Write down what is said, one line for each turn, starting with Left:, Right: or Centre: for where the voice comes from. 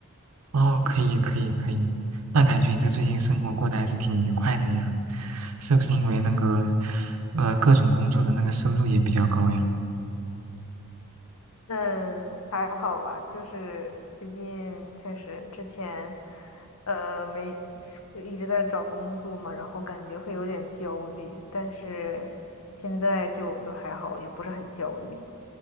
Right: 哦，可以可以可以，那感觉你这最近生活过得还是挺愉快的呀，是不是因为那个呃各种工作的那个收入也比较高呀？
Left: 那还好吧，就是最近确实之前，呃，没一直在找工作嘛，然后感觉会有点焦虑，但是现在就就还好，也不是很焦虑。